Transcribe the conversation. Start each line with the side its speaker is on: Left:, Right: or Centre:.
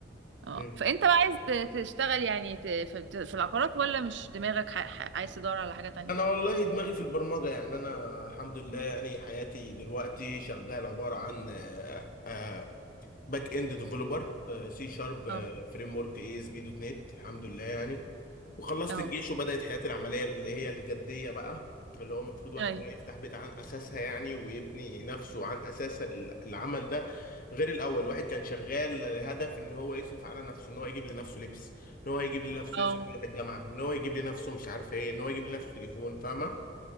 Right: اه
Left: مم.
Right: فانت بقى عايز ت- تشتغل يعني ت- في ت- في العقارات ولا مش دماغك ح- ح- عايز تدور على حاجه تانية
Left: انا والله دماغي في البرمجة يعني انا الحمد لله يعني حياتي دلوقتي شغال عبارة عن آه، آه، باك اند ديفلوبر سي شارب
Right: اه
Left: فريم ورك اي اس بي دوت نت الحمد لله يعني وخلصت
Right: اه
Left: الجيش وبدأت حياتي العملية اللي هي الجدية بقى اللي هو المفروض واحد
Right: ايوه
Left: بقى يفتح بيت عن أساسها يعني ويبني نفسه عن أساس ال- العمل ده غير الأول الواحد كان شغال هدف إن هو يصرف على نفسه إن هو يجيب لنفسه لبس إن هو يجيب لنفسه
Right: اه
Left: يصرف يروح الجامعة إن هو يجيب لنفسه مش عارف إيه إن هو يجيب لنفسه تليفون فاهمة